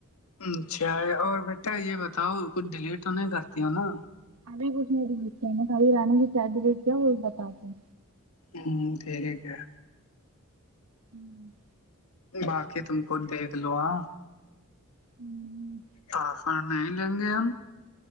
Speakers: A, on the left; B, on the right.
A: اچھا اور بیٹا یہ بتاؤ کچھ ڈیلیےٹ تو نہیں کرتی ہو نا
B: ابھی کچھ نہیں ڈلیٹتے میں کھی رانی کی شاید ڈلیٹ کیا وہ بھی بتے ہیں
A: ہوں ٹھیک ہے کیا
B: ہوں
A: باقی تم کو دیکھ لو آ
B: ہوں
A: پفر نہیں لیں گے ہم